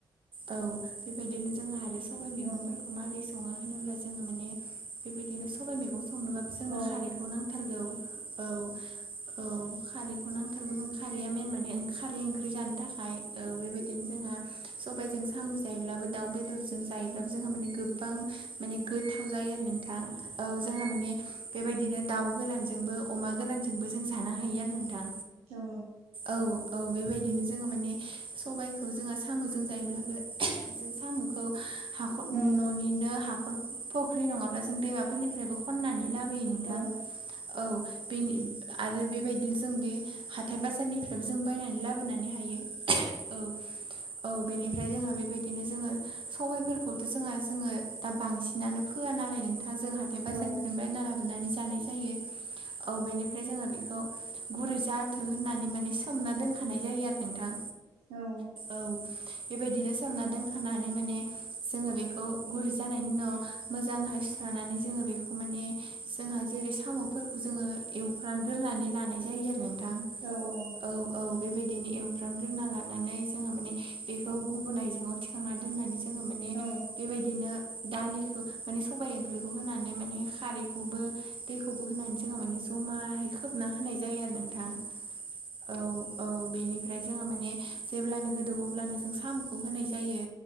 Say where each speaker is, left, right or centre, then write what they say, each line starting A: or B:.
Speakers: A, on the right (about 60°); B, on the right (about 85°).
A: औ बेबायदिनो जोंहा आरो
B: औ
A: खौ मारै सङो होनोब्ला जोङो माने बे बिदिनो सबाइ मैगं संनोबाबो जोंनो
B: औ
A: खारैखौ नांथारगौ औ औ खारैखौ नांथारगौ जों खारैया मेन माने खारै ओंख्रि जानो थाखाय औ बेबायदि खायनो जोंहा सबायजों साम' जायोब्लाबो दाउ बेदरजों जायोब्लाबो जोंहा माने गोबां माने गोथाव जायो आरो नोंथां औ जोंहा माने बेबायदिनो दाउ गोरानजोंबो अमा गोरानजोंबो जों जानो हायो आरो नोंथां
B: औ
A: औ औ बेबायदिनो जोङो माने सबायखौ जोङो साम'जों जायोब्लाबो जों साम'खौ हाख'
B: औ
A: न'निनो हाखर फख्रि नङाब्ला जों दैमाफोरनिफ्रायबो खननानै लाबोयो नों नोंथां
B: औ
A: औ बेनि आरो बेबायदिनो जों बे हाथाय बाजारनिफ्रायबो जों बायनानै लाबोनानै हायो <unintelligible> औ औ बेनिफ्राय जोंहा बेबायदिनो जोङो सबायफोर खौथ' जोंहा जोङो दा बांसिनानो फोआ नालाय नोंथां जों हाथाय
B: नंगौ
A: बाजों थोनबाय बायना लाबोनानै जानाय जायो औ बेनि ओमफ्राय जोहा बेखौ गुरै जाथों होननानै माने सोमना दोनखानाय जायो आरो नोंथां
B: औ
A: औ बेबायदिनो सोमना दोनखानानै माने जोङो बेखौ गुरै जानायनि उनाव मोजांहाय सुस्रानानै जोङो बेखौ माने जोंहा जेरै साम'फोरखौ जोङो एवफ्रानग्रोनानै लानाय जायो आरो नोंथां
B: औ औ
A: औ औ बेबायदिनो एवफ्रामग्रोना लानानै जोंहा माने बेखौ गुबुन आयजेंआव थिखांना दोननानै जोङो माने
B: औ
A: बेबायदिनो दालिखौ माने सबाय ओंख्रिखौ होनानै माने खारैखौबो दैखौबो होनानै जोङो माने जमाहै खोबना होनाय जायो आरो नोंथां औ औ बेनिफ्राय जोंहा माने जेब्लानो गोदौओ अब्लानो जों साम'खौ होनाय जायो